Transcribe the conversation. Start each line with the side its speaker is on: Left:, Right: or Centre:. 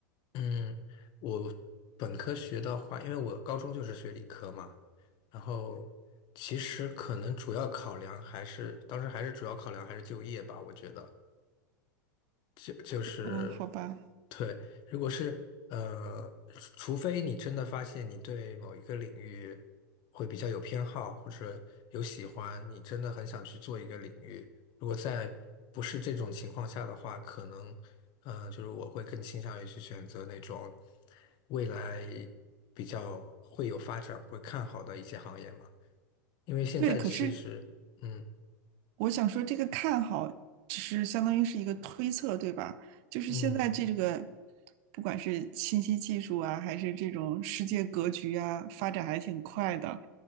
Left: 嗯，我本科学的话，因为我高中就是学理科嘛，然后其实可能主要考量还是当时还是主要考量还是就业吧，我觉得，就就是，
Right: 嗯，好吧，
Left: 对，如果是呃，除除非你真的发现你对某一个领域会比较有偏好，或者有喜欢，你真的很想去做一个领域。如果在不是这种情况下的话，可能嗯、呃就是我会更倾向于去选择那种未来比较会有发展、会看好的一些行业嘛。因为现在其实，
Right: 对，可是
Left: 嗯
Right: 我想说，这个看好只是相当于是一个推测，对吧？就是现在这个，
Left: 嗯。
Right: 不管是信息技术啊，还是这种世界格局啊，发展还挺快的。